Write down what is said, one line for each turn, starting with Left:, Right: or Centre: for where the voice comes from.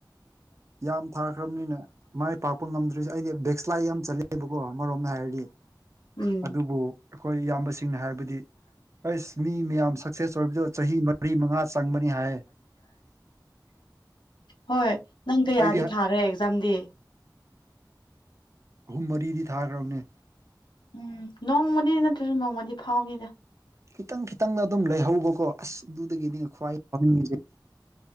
Right: ꯌꯥꯝ ꯊꯥꯈ꯭ꯔꯕꯅꯤꯅ ꯃꯥꯏ ꯄꯥꯛꯄ ꯉꯝꯗ꯭ꯔꯤꯁꯦ ꯑꯩꯗꯤ ꯕꯦꯛꯁ꯭ꯂꯥꯏ ꯌꯥꯝ ꯆꯠꯂꯦꯕꯀꯣ ꯑꯃꯔꯣꯝꯗ ꯍꯥꯏꯔꯗꯤ
Left: ꯎꯝ
Right: ꯑꯗꯨꯕꯨ ꯑꯩꯈꯣꯏ ꯏꯌꯥꯝꯕꯁꯤꯡꯅ ꯍꯥꯏꯔꯕꯗꯤ ꯑꯩꯁ ꯃꯤ ꯃꯌꯥꯝ ꯁꯛꯁꯦꯁ ꯑꯣꯏꯔꯤꯕꯗ ꯆꯍꯤ ꯃꯔꯤ ꯃꯉꯥ ꯆꯪꯕꯅꯤ ꯍꯥꯏ
Left: ꯍꯣꯏ ꯅꯪ ꯀꯌꯥꯗꯤ
Right: ꯑꯩꯗꯤ
Left: ꯊꯥꯈ꯭ꯔꯦ ꯑꯦꯛꯖꯥꯝꯗꯤ
Right: ꯑꯍꯨꯝ ꯃꯔꯤꯗꯤ ꯊꯥꯈ꯭ꯔꯕꯅꯦ
Left: ꯎꯝ ꯅꯣꯡꯃꯗꯤ ꯅꯠꯇ꯭ꯔꯁꯨ ꯅꯣꯡꯃꯗꯤ ꯐꯥꯎꯅꯤꯗ
Right: ꯈꯤꯇꯪ ꯈꯤꯇꯪꯗ ꯑꯗꯨꯝ ꯂꯩꯍꯧꯕꯀꯣ ꯑꯁ ꯑꯗꯨꯗꯒꯤꯅꯦ ꯈ꯭ꯋꯥꯏꯅꯤꯡꯉꯦ